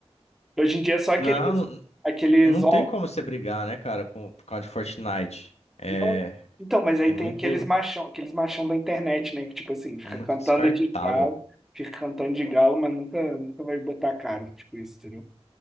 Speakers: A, in the centre; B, on the left.
A: Hoje em dia é só aqueles,
B: Não, não
A: aqueles,
B: não
A: on-
B: tem como você brigar, né, cara, com, por causa de Fortnite. É,
A: não, então, mas aí
B: é muito,
A: tem aqueles machão, aqueles machão da internet, né? Que tipo assim, fica
B: muito
A: cantando
B: descartável.
A: de galo, fica cantando de galo, mas nunca, nunca vai botar a cara, tipo isso, entendeu?